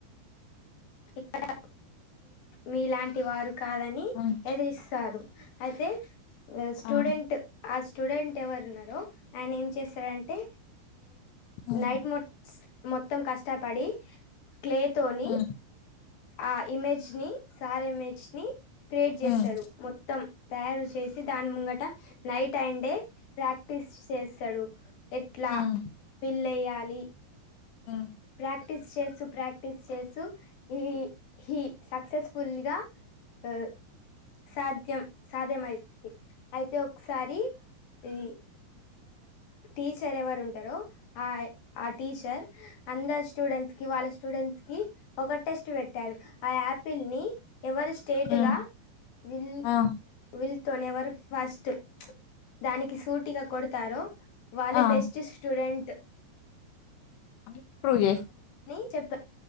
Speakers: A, on the left (about 60°); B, on the left (about 75°).
A: ఇక్కడ మీలాంటి వారు కాదని
B: ఉమ్
A: ఎదిరిస్తారు అయితే స్టూడెంట్
B: ఆ
A: ఆ స్టూడెంట్ ఎవరు ఉన్నారో ఆయన ఏం చేశారంటే
B: ఉమ్
A: నైట్ మోట్స్ మొత్తం కష్టపడి క్లే తోని
B: ఉమ్
A: ఆ ఇమేజ్ ని సార్ ఇమేజ్ ని క్రియేట్ చేస్తారు
B: ఉమ్
A: మొత్తం తయారు చేసి దాని ముంగట నైట్ అండ్ డే ప్రాక్టీస్ చేస్తాడు ఎట్లా
B: ఉమ్
A: వెళయ అని
B: ఉమ్
A: ప్రాక్టీస్ చేస్తూ ప్రాక్టీస్ చేస్తూ ఈ హ సక్సెస్ఫుల్గా ఆ సాధ్యం సాధ్యం అయిది అయితే ఒకసారి ఈ టీచర్ ఎవరు ఉంటారో ఆ ఆ టీచర్ అందరు స్టూడెంట్స్ కి వాళ్ళ స్టూడెంట్స్ కి ఒక టెస్ట్ పెట్టారు ఆ యాపిల్ ని ఎవరి స్టేట్గా
B: ఉమ్
A: విల్
B: ఆ
A: వి తనేవర్ ఫస్ట్ దానికి సూటిగా కొడతారు వాళ్ళ
B: ఆ
A: బెస్ట్ స్టూడెంట్
B: అ ఇప్పుడుజ
A: న చెప్త